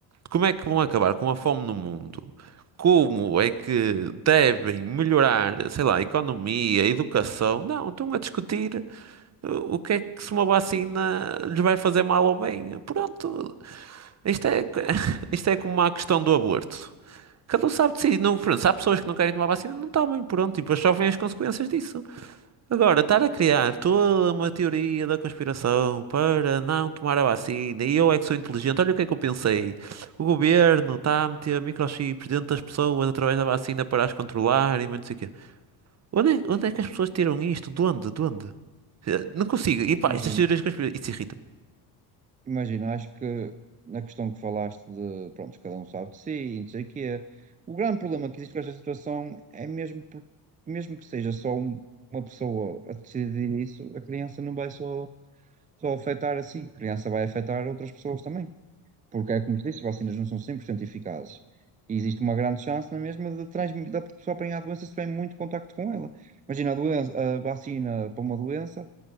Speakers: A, on the right (about 35°); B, on the right (about 20°).
A: como é que vão acabar com a fome no mundo, como é que devem melhorar, sei lá, a economia, a educação, não, estão a discutir uh, o que é que se uma vacina lhes vai fazer mal ou bem. Pronto, isto é, co- <laughs> isto é como a questão do aborto. Cada um sabe de si. Não, pronto, se há pessoas que não querem tomar vacina, não tomem, pronto, e depois sofrem as consequências disso. Agora, estar a criar toda uma teoria da conspiração para não tomar a vacina e eu é que sou inteligente, olha o que é que eu pensei. O governo está a meter microchips dentro das pessoas através da vacina para as controlar e mais não sei o quê. Onde é, onde é que as pessoas tiram isto? De onde? De onde? Eh, Não consigo. E pá,
B: Imagina.
A: estas teorias conspiratórias. Isso irrita-me.
B: Imagina, acho que na questão que falaste de, pronto, cada um sabe de si, e não sei o quê, o grande problema que existe com esta situação é mesmo, por- mesmo que seja só um- uma pessoa a decidir isso, a criança não vai só, só afetar assim, a criança vai afetar outras pessoas também, porque é como te disse, as vacinas não são 100% eficazes, e existe uma grande chance na mesma de transmitir, da pessoa apanhar a doença se tiver muito contacto com ela. Imagina, a doença, a vacina para uma doença